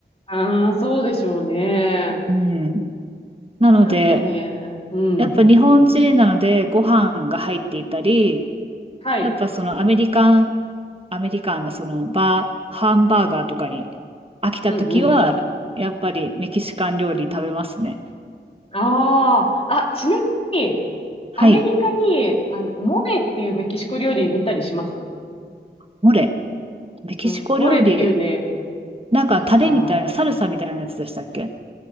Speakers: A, on the left; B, on the right.
A: ああ、そうでしょうね。
B: うん。なので、
A: なんかね、うん。
B: やっぱ日本人なのでご飯が入っていたり、
A: はい。
B: やっぱそのアメリカン、アメリカンなそのバー、ハンバーガーとかに飽きた時は、
A: うんうん。
B: やっぱりメキシカン料理食べますね。
A: ああ、あ、ちなみに、
B: はい。
A: アメリカに、あの、モレっていうメキシコ料理見たりします
B: モレ。メキシコ料理。
A: うん。モレっていうね、
B: なんかタレみたいな、
A: なんか、
B: サルサみたいなやつでしたっけ